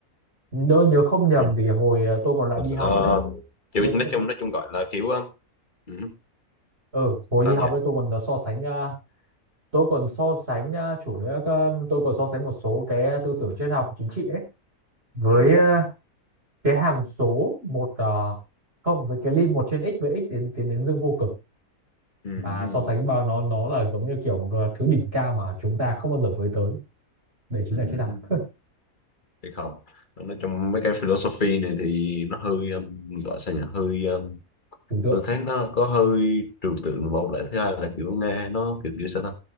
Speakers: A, on the right; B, on the left.
A: nếu nhớ không nhầm
B: Ừ.
A: thì hồi ờ, tôi còn lại đi học
B: Ờ,
A: ấy
B: kiểu
A: tôi đã
B: nói
A: từng
B: chung
A: biết
B: nói chung gọi là kiểu ờ, ừ.
A: ừ hồi
B: sao
A: đi học
B: nhỉ
A: ấy tôi còn có so sánh ờ, tôi còn so sánh à, chủ nghĩa cơ- tôi còn so sánh một số cái à, tư tưởng triết học chính trị ấy với
B: ừ.
A: à, cái hàm số một à, không với cái lim một trên x với x tiến tiến đến dương vô cực
B: Ừ.
A: và
B: Ừ.
A: so sánh vào nó nó là giống như kiểu một cái thứ đỉnh cao mà chúng ta không bao giờ với tới đấy chính
B: ừ.
A: là triết học
B: Thì không nói chung mấy cái philosophy này thì nó hơi um, gọi sao nhỉ hơi um,
A: trừu tượng
B: tôi thấy nó có hơi trừu tượng một lại thứ hai là kiểu nghe nó kiểu kiểu sao ta